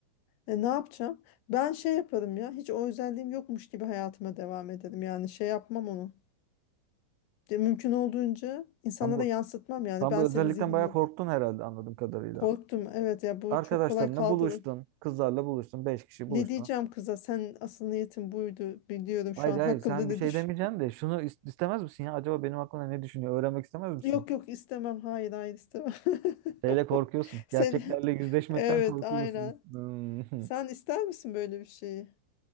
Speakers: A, on the left; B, on the right.
A: E, ne yapacağım? Ben şey yaparım ya. Hiç o özelliğim yokmuş gibi hayatıma devam ederim. Yani şey yapmam onu. Ya, mümkün olduğunca insanlara
B: Tam bu
A: yansıtmam yani.
B: tam
A: Ben
B: bu özellikten
A: senin zihnini
B: bayağı
A: ok-
B: korktun herhalde anladığım kadarıyla.
A: korktum. Evet ya bu
B: Arkadaşlarınla
A: çok kolay kaldırın.
B: buluştun. Kızlarla buluştun. Beş kişi
A: Ne
B: buluştunuz.
A: diyeceğim kıza? Sen asıl niyetin buydu. Biliyorum
B: Hayır
A: şu an
B: hayır
A: hakkımda
B: sen
A: ne
B: bir şey
A: düşün.
B: demeyeceksin de şunu is- istemez misin ya? Acaba benim hakkında ne düşünüyor? Öğrenmek istemez misin?
A: Yok yok istemem. Hayır hayır istemem.
B: Şeyle
A: <laughs>
B: korkuyorsun.
A: Sen
B: Gerçeklerle yüzleşmekten
A: <laughs> evet
B: korkuyorsun.
A: aynen.
B: Hmm. <laughs>
A: Sen ister misin böyle bir şeyi?